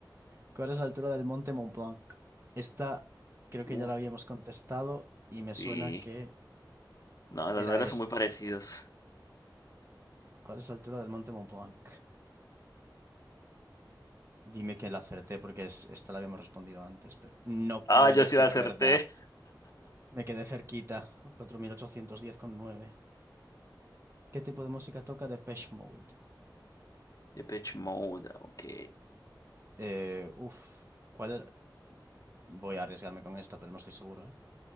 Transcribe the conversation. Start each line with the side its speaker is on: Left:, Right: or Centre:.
Right: ¿Cuál es la altura del monte Mont Blanc? Esta creo que
Left: Uf,
Right: ya la habíamos contestado y me suena
Left: sí.
Right: que
Left: No, los
Right: era
Left: números
Right: esta.
Left: son muy parecidos.
Right: ¿Cuál es la altura del monte Mont Blanc? Dime que la acerté porque es, esta la habíamos respondido antes, pero no
Left: Ah,
Right: puede
Left: yo sí
Right: ser
Left: la acerté.
Right: verdad. Me quedé cerquita, cuatro mil ochocientos diez con nueve. ¿Qué tipo de música toca Depeche Mode?
Left: Depeche Mode, ok.
Right: Eh, uf, ¿cuál era? Voy a arriesgarme con esta, pero no estoy seguro, ¿eh?